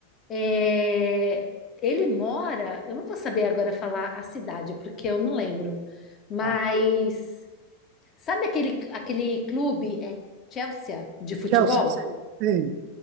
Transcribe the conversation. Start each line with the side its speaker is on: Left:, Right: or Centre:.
Left: É, ele mora, eu não vou saber agora falar a cidade, porque eu não lembro, mas
Right: Ah,
Left: sabe aquele, aquele clube, é Chelsea, de futebol?
Right: tchau, você, você- você-